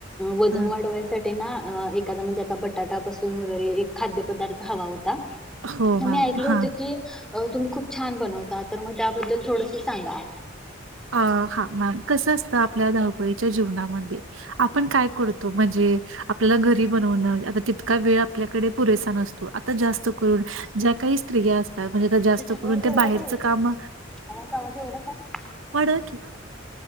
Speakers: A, in the centre; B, on the right.
A: वजन
B: हा
A: वाढवायसाठी ते ना, एखादा म्हणजे आता बटाटा पासून वगैरे, एक खाद्य पदार्थ हवा होता
B: हो मॅम
A: मी ऐकले
B: हा
A: होते की तुम्ही खूप छान बनवता. तर मग त्याबद्दल थोडंस सांगा.
B: अ हा. हा, कसं असतं, आपल्या धावपळीच्या जीवनामध्ये, आपण काय करतो? म्हणजे आपल्याला घरी बनवणं, आता तितका वेळ आपल्याकडे पुरेसा नसतो. आता जास्त तिच्या काही स्त्रिया असतात जास्त
A: आवाज
B: करून ते
A: एवढाच
B: बाहेरचं
A: आहे वहिनी
B: काम
A: <unintelligible>
B: वाढवा की.